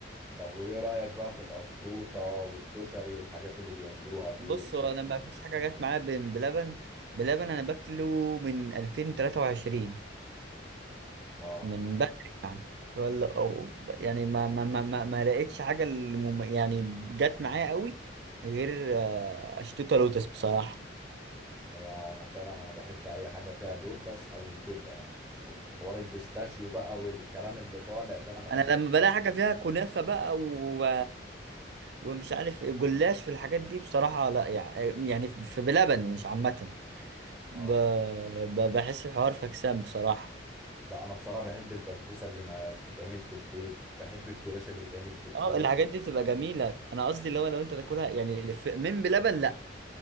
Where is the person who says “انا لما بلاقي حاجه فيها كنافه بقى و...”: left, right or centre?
Right